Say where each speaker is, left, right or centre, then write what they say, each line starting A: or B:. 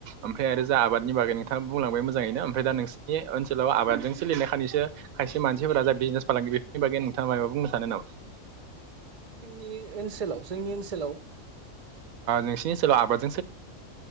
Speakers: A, on the right; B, on the right.
A: ओमफ्राय आरो जा आबादनि बागै नोंथाङा बुंलांबाय मोजाङैनो ओमफ्राय दा नोंसिनि ओनसोलाव आबादजों सोलिनायखानैसो खायसे मानसि राजा बिजिनेस फालांगि बेफोरनि बागै नोंथाङा माबा बुंनो सानो नामा
B: जोंनि ओनसोलाव जोंनि ओनसोलाव
A: नोंसिनि सोरब आबाद <unintelligible>